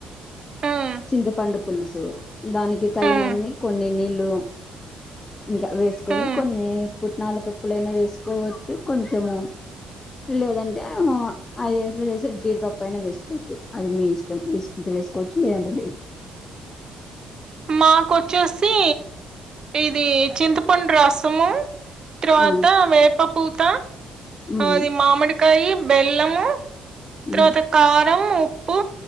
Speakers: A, on the right; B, on the left.
A: ఉమ్
B: చింతపండు పులుసు దానికి తగినన్ని
A: ఉమ్
B: కొన్ని నీళ్ళు ఇంకా వేసుకొని
A: ఉమ్
B: కొన్ని పుట్నాల పప్పులుైనా వేసుకోవచ్చు కొంచెము లేదం ఏమో అది వేసుకుంటే వేసి జీడిపప్ప అయినా వేసుకోవచ్చు అది మీ ఇష్టం వేసుకుంటే వేసుకోవచ్చు లేదంటే లేదు
A: మాకు వచ్చేసి ఇది చింతపండు రాస్ సము తరువాత
B: ఆ
A: వేపపూత్
B: ఉమ్
A: అది మామిడి కాయి బెల్లము తరువాత
B: ఉమ్
A: క తం ఉప్పు